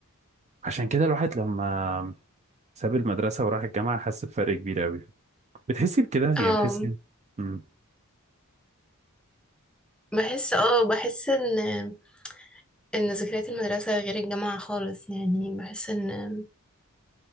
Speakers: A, on the right; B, in the centre.
A: عشان كده الواحد لما ساب المدرسه وراح الجامعه حس بفرق كبير قوي بتحسي بكده يعني
B: اه
A: بتحسي مم.
B: بحس اه بحس ان ان ذكريات المدرسة غير الجامعة خالص يعني بحس ان